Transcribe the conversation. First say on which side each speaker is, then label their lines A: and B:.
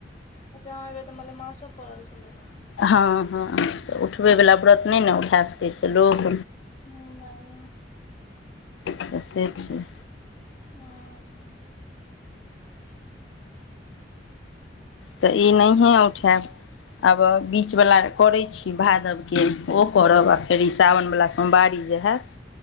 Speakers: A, on the left; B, on the left.
A: अच्छा आबेर तऽ मलमासो पड़ल छलैए।
B: हँ हँ, तऽ उठैवला व्रत नहि ने, उठा सकै छै लोक।
A: ह <unintelligible>
B: तऽ से छै।
A: हँ <unintelligible>
B: तऽ ई नहिये उठायब आब, बिचवला करै छी भादवके ओ। ओकर बाद फेर ई सावन वला सोमवारी जे हइत